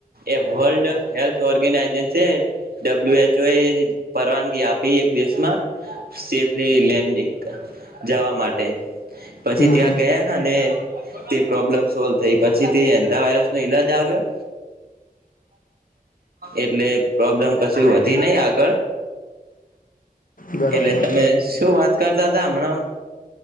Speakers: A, on the right; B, on the left.
A: એ world health ર્ગેના agency W H O પરવાનગી આપી એક દિવસમાં સેફલી લેન્ડિંગ જવા માટે પછી
B: હમ
A: ત્યાં
B: હમ
A: ગયા અને તે પ્રોબ્લેમ સોલ્વ થઈ પછી તે એતા વાયરસ નો ઈલાજ આવ્યો એટલે પ્રોબ્લેમ કશું વધી ન આગળ
B: બરાબર
A: એટલે તમે શું વાત? તા હમણાં